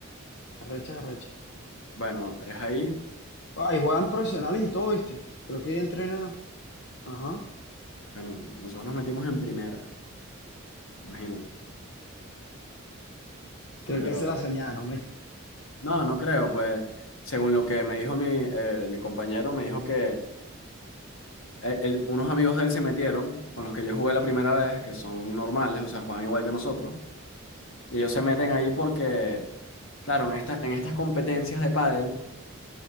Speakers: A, on the left (about 55°); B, on the left (about 70°).
A: arrechas, arrechas.
B: bueno, es ahí.
A: Ah, y juegan profesionales y todo, ¿viste? Creo que entrena. Ajá.
B: Bueno, nosotros nos metimos en primera, imagínate.
A: Creo
B: Pero
A: que se la soñaron, ¿viste?
B: no, no creo, pues según lo que me dijo mi, eh, mi compañero, me dijo que el- el- unos amigos de él se metieron, con los que yo jugué la primera vez, que son normales, o sea, juegan igual que nosotros, y ellos se meten ahí porque, claro, en estas en estas competencias de pádel,